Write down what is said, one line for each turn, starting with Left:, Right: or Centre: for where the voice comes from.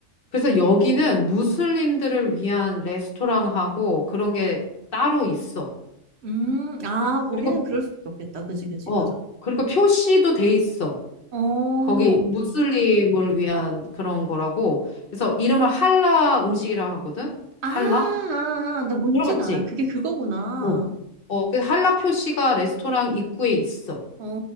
Left: 그래서 여기는 무슬림들을 위한 레스토랑하고 그런 게 따로 있어.
Right: 음, 아, 거기는
Left: 그리고
Right: 그럴 수밖에 없겠다. 그지, 그지,
Left: 어,
Right: 맞아.
Left: 그리고 표시도 돼 있어.
Right: 어,
Left: 거기
Right: 아,
Left: 무슬림을 위한 그런 거라고. 그래서 이름을 할라 음식이라 하거든?
Right: 아,
Left: 할라?
Right: 아, 아. 나 뭔진
Left: 들어봤지?
Right: 알아. 그게 그거구나.
Left: 어, 어, 그 할라 표시가 레스토랑 입구에 있어.
Right: 어,